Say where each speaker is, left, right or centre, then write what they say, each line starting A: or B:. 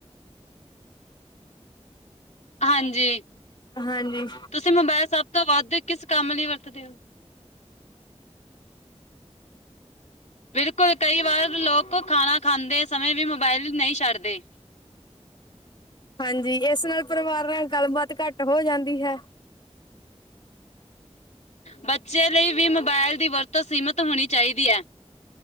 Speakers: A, on the left (about 90°); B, on the left (about 40°).
A: ਹਾਂਜੀ,
B: ਹਾਂਜੀ
A: ਤੁਸੀਂ ਮਬਾਏਲ ਸਬ ਤੋਂ ਵੱਦ ਕਿਸ ਕੰਮ ਲਈ ਵਰਤਦੇ ਓ? ਬਿਲਕੁਲ ਕਈ ਵਾਰ ਲੋਕ ਖਾਣਾ ਖਾਂਦੇ ਸਮੇਂ ਵੀ ਮਬਾਇਲ, ਨਈ ਸ਼ਡਦੇ।
B: ਹਾਂਜੀ ਇਸ ਨਾਲ ਪਰਿਵਾਰ ਨਾਲ ਗੱਲਬਾਤ ਘੱਟ ਹੋ ਜਾਂਦੀ ਹੈ
A: ਬੱਚੇ ਲਈ ਵੀ ਮੋਬਾਇਲ ਦੀ ਵਰਤੋਂ ਸੀਮਿਤ ਹੋਣੀ ਚਾਹੀਦੀ ਹੈ